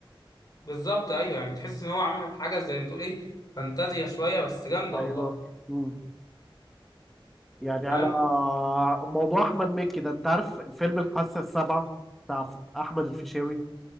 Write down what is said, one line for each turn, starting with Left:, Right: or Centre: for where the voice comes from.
Left: بالظبط ايوه يعني تحس ان هو عامل حاجه زي ما تقول ايه فانتازيا شويه بس جامده
Centre: ايوه
Left: والله
Centre: مم. يعني
Left: انت فاهم
Centre: على آه، موضوع احمد مكي ده انت عارف فيلم الحاسه السابعه بتاع ف- احمد الفيشاوي